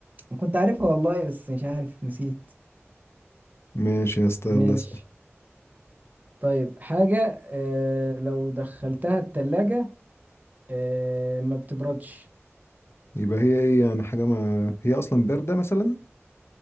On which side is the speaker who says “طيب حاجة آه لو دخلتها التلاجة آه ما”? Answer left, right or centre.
Right